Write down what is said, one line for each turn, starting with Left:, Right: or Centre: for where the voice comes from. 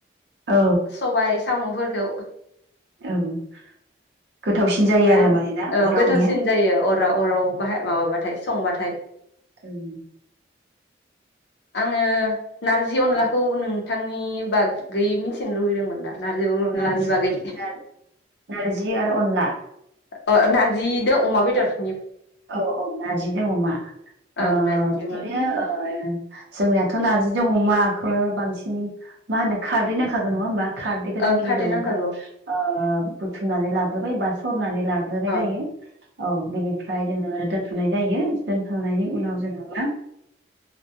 Right: औ
Left: सबाय, साम' फोरखौ।
Right: औ गोथावसिन
Left: दे
Right: जायो
Left: ओमबा
Right: आरो
Left: आं
Right: मानोना
Left: ओं
Right: अरावनिया
Left: गोथावसिन जायो अरा अराव बाहाय माबाबाथाय संबा थाय
Right: ओं
Left: आङो नारजि अनलाखौ
Right: औ
Left: नों बिथांनि बागै मिथिनो लुुबैदोंमोन दा। नारजि अनलानि
Right: नारजि
Left: बागै
Right: नार नारजि आरो अनला।
Left: अ नारजि दो अमा बेदर।
Right: औ औ नारजि जों अमा ओ
Left: ओं नारजिजों
Right: बिदिनो ओ जोंनियाथ' नारजि अमा। खौ बांसिन मा होनो खारदैनांखागोन नङा होमबा। खारदैखौ जों
Left: ओं
Right: गिबियावनो
Left: खारदै नांखागौ
Right: ओ बुथुमनानै लाग्रोबाय बा सरनानै लाग्रोनाय
Left: अ
Right: जायो औ बेनि। ओ दोनथ'नाय जायो। दोनखांनायनि उनाव जोङो मा। <inaudible>